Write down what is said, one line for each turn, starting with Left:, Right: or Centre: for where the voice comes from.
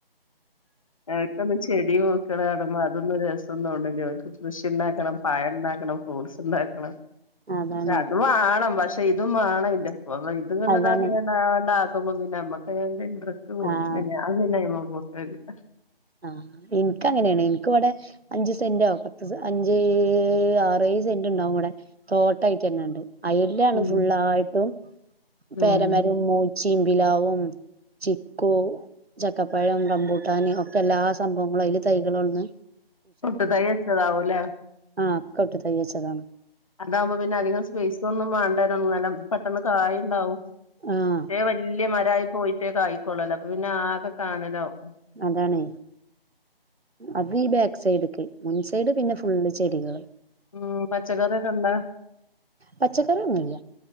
Left: അവര്ക്കൊന്നും ചെടി നോക്ക് ളാണ് മ്മൊ അതൊന്നും ഒര് രസും തോണ് ണ് ല്ല്യ ഓൽക്ക് കൃഷിണ്ടാക്കണം പയം ഇണ്ടാക്കണം ഫ്രൂട്സ് ഇണ്ടാക്കണം
Right: അതാണ്
Left: അത് വാണം വഷ് പെയ്തും വാണയ്ന്റെ അ ഇത്ുകൊണ്ടതക്കെയ
Right: അതാണ്
Left: മമി നമ്മക ക ആണ്ട്
Right: ആഹ്
Left: അെ അല്ലമ എട്ട
Right: ആ എനിക്ക അങ്ങനെയാണ് എനിക്ക ഇവിടെ അഞ്ച് സെന്റ ആവുംും പത്ത് അഞ്ച് ആറേ സെന്റ് ഉണ്ടാവും ഇവിടെ തോട്ടായിട്ട് തന്നെണ്ട് അയല്ാണ്
Left: ഉം
Right: ഫുള്ളായിട്ടും പേരമര
Left: ഉം
Right: മൂച്ച ചിമ്പിലാവും ചിക്കോ ചക്കപ്പഴം റബൂട്ടാന ഒക്കെ എല്ലാ സംഭവങ്ങളും അതില് തൈകളോ ഒന്ന്
Left: പുട്ടുതൈ വെച്ചതാവുലെ
Right: ആ കോട്ട് തയ്യിച്ചതാണ്
Left: അതാവുമ്പം പിന്നെ അധികം സ്പേസ് ഒന്നും മാ അന്നരം പെട്ടെന്ന് കായി ഇണ്ടാവും
Right: ആഹ്
Left: ലേ വല്യ മരായി പോയിട്ടേ കായി ള്ളലോ പിന്നാകെ കാനലാവും
Right: അതാണേ അതീബെ സൈടുക്ക് മുൻ സൈഡ് പിന്നെ ഫുള്ള് ചെടികള്
Left: ഉം പച്ചക്കറിയൊക്കെ ഇണ്ടാ
Right: പച്ചക്കറിയൊന്നൂല്ല